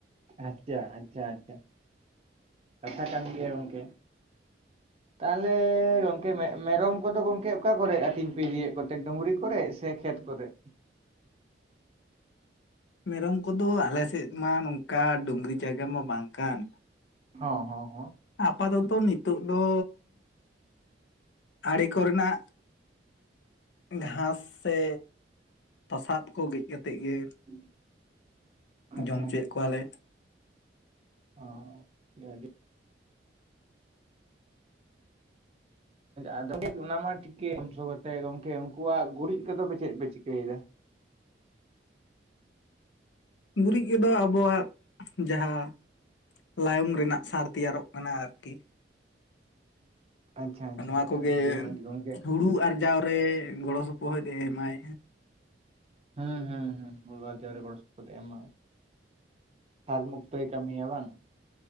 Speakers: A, on the right (about 35°); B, on the left (about 80°).
A: ᱟᱪᱪᱷᱟ ᱟᱪᱪᱷᱟ ᱟᱪᱪᱷᱟ, ᱠᱟᱛᱷᱟ ᱠᱟᱱ ᱜᱮᱭᱟ ᱜᱚᱝᱠᱮ᱾ ᱛᱟᱦᱞᱮ ᱜᱚᱝᱠᱮ ᱢᱮ ᱢᱮᱨᱚᱢ ᱠᱚᱫᱚ ᱜᱚᱢᱠᱮ ᱚᱠᱟ ᱠᱚᱨᱮᱜ ᱟᱹᱛᱤᱧ ᱯᱮ ᱤᱫᱤᱭᱮᱫ ᱠᱚᱛᱮ ᱰᱩᱝᱨᱤ ᱠᱚᱨᱮᱜ ᱥᱮ ᱠᱷᱮᱛ ᱠᱚᱨᱮᱜ?
B: ᱢᱮᱨᱚᱢ ᱠᱚᱫᱚ ᱟᱞᱮᱥᱮᱫ ᱢᱟ ᱱᱚᱝᱠᱟ ᱰᱩᱝᱨᱤ ᱡᱟᱭᱜᱟ ᱢᱟ ᱵᱟᱝ ᱠᱟᱱ᱾
A: ᱦᱚᱸ ᱦᱚᱸ ᱦᱚᱸ
B: ᱟᱯᱟᱛᱚᱛᱚ ᱱᱤᱛᱚᱜ ᱫᱚ ᱟᱲᱮ ᱠᱚᱨᱮᱱᱟᱜ ᱜᱷᱟᱥ ᱥᱮ ᱛᱟᱥᱟᱫ ᱠᱚ ᱜᱮᱫ ᱠᱟᱛᱮᱜ ᱜᱮ,
A: <inaudible> ᱟᱪᱪᱷᱟ
B: ᱡᱚᱢ ᱚᱪᱚᱭᱮᱫ ᱠᱚᱣᱟᱞᱮ
A: ᱚ <inaudible> ᱟᱫᱚ <inaudible> ᱚᱱᱟ ᱢᱟ ᱴᱷᱤᱠ ᱜᱮ <inaudible> ᱜᱚᱝᱠᱮ ᱩᱱᱠᱩᱣᱟᱜ ᱜᱩᱨᱤᱡ ᱠᱚᱫᱚ ᱯᱮ ᱪᱮᱫ ᱯᱮ ᱪᱤᱠᱟᱹᱭ ᱫᱟ
B: ᱜᱩᱨᱤᱡ ᱠᱚᱫᱚ ᱟᱵᱚᱣᱟᱜ ᱡᱟᱦᱟᱸ, ᱞᱟᱭᱚᱝ ᱨᱮᱱᱟᱜ ᱥᱟᱨ ᱛᱮᱭᱟᱨᱚᱜ ᱠᱟᱱᱟ ᱟᱨᱠᱤ᱾
A: ᱟᱪᱪᱷᱟ ᱟᱪᱪᱷᱟ
B: ᱱᱚᱣᱟ
A: ᱟᱪᱪᱷᱟ
B: ᱠᱚᱜᱮ
A: ᱟᱹᱰᱤ ᱢᱚᱸᱡᱽ ᱜᱚᱝᱠᱮ
B: ᱦᱩᱲᱩ ᱟᱨᱡᱟᱣᱨᱮ ᱜᱚᱲᱚ ᱥᱚᱯᱚᱦᱚᱫ ᱮ ᱮᱢᱟᱭ᱾
A: ᱦᱩᱸ ᱦᱩᱸ ᱦᱩᱸ ᱦᱩᱲᱩ ᱟᱨᱡᱟᱣ ᱨᱮ ᱜᱚᱲᱚ ᱥᱚᱯᱚᱫ ᱮᱢᱟᱭ᱾ ᱥᱟᱨ ᱢᱩᱠᱛᱚᱭ ᱠᱟᱹᱢᱤᱭᱟ ᱵᱟᱝ?